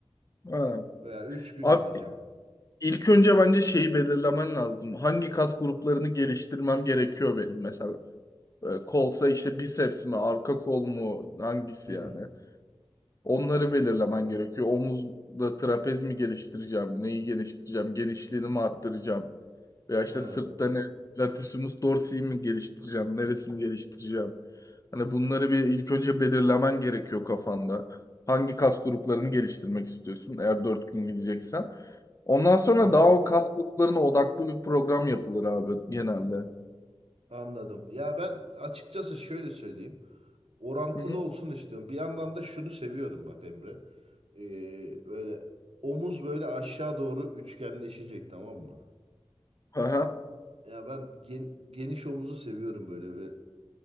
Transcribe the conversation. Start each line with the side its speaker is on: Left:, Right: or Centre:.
Left: Ha.
Right: veya 3 gün
Left: Abi
Right: gideceğim.
Left: ilk önce bence şeyi belirlemen lazım. Hangi kas gruplarını geliştirmem gerekiyor benim mesela? Ee, kolsa işte biceps mi, arka kol mu, hangisi
Right: Hmm.
Left: yani? Onları belirlemen gerekiyor. Omuzda trapez mi geliştireceğim? Neyi geliştireceğim? Genişliğini mi arttıracağım? Veya işte
Right: ha
Left: sırtta ne? Latissimus dorsi'yi mi geliştireceğim? Neresini geliştireceğim? Hani bunları bir ilk önce belirlemen gerekiyor kafanda. Hangi kas gruplarını geliştirmek istiyorsun eğer dört gün gideceksen. Ondan sonra
Right: Aha.
Left: daha o kas gruplarına odaklı bir program yapılır abi genelde.
Right: Anladım. Ya ben açıkçası şöyle söyleyeyim. Orantılı
Left: Hı hı.
Right: olsun istiyorum. Bir yandan da şunu seviyorum bak Emre. Ee, böyle omuz böyle aşağı doğru üçgenleşecek tamam mı?
Left: Aha,
Right: Ya ben gen- geniş omuzu seviyorum böyle ve